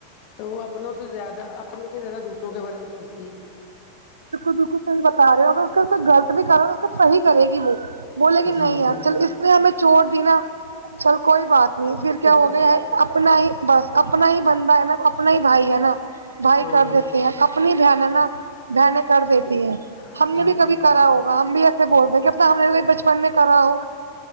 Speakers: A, on the left; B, on the right.
A: تو وہ اپنوں سے زیادہ اپنو سے زیادہ دوسروں کے بارے میں سوچ
B: بالکل بالکل صحیح بتا رہے ہو اگر کوئی غط بھی صحیح کرے گی وہ بولے گی
A: جی
B: نہیں یار چل اس نہیں ہمیں چوٹ دینا چل کوئی بات نہیں پھر کیا
A: اس کا
B: ہو گیا
A: بھلا
B: ہے
A: کر
B: اپنا ہی بس اپنا ہی بندہ ہے نا اپنا ہی بھائی ہے نا بھائی
A: ہاں
B: کر دیتے ہیں اپنی بہن ہے نا بہنیں کر دیتی ہیں
A: جی
B: ہم نے بھی کبھی کرا ہو ہم بھی ایسے بولتے ہیں لکتاہے ہم نے بھی بچپن میں کرا ہو